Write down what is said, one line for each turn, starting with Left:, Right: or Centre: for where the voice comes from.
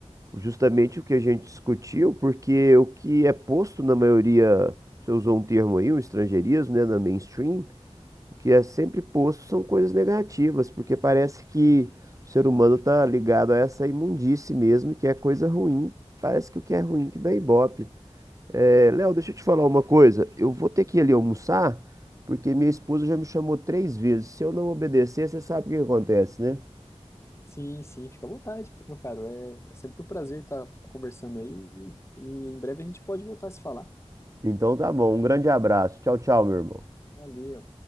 Right: Justamente o que a gente discutiu, porque o que é posto na maioria, você usou um termo aí, um estrangeirismo, né? Na mainstream, o que é sempre posto são coisas negativas, porque parece que o ser humano tá ligado a essa imundície mesmo, que é coisa ruim. Parece que o que é ruim que dá ibope. É, Léo, deixa eu te falar uma coisa. Eu vou ter que ir ali almoçar, porque minha esposa já me chamou três vezes. Se eu não obedecer, você sabe o que acontece, né?
Left: Sim, sim, fica à vontade, meu caro. É, é sempre um prazer estar conversando aí e em breve a gente pode voltar a se falar.
Right: Então tá bom. Um grande abraço. Tchau, tchau, meu irmão.
Left: Valeu.